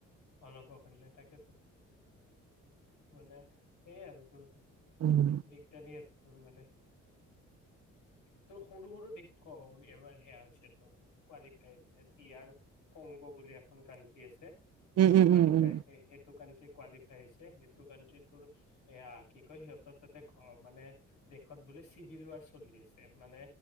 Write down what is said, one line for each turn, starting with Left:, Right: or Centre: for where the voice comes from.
Left: অলপকিল তাকেত। মানে সেইয়য় আৰু তোৰ।
Right: উম
Left: দিগদাৰি আৰু। তোৰ মানে তোৰ সৰু সৰু দে ক এবাৰ সেয়া হৈছে। ত কোৱালিফাই দিয়াৰ ক বুলি এখন কানট্ৰি আছে। সেইখন
Right: উম উম
Left: কোৱালিফাই
Right: উম উম
Left: স সেইটো। কট কোৱালিফাই হৈছে। সেইটো কানণ্ট্ৰিৰ এয়া কি কয় সিহঁত তাতে মানে দেশত বুলিো চিভিল ৱাৰ চলি আছে মানে।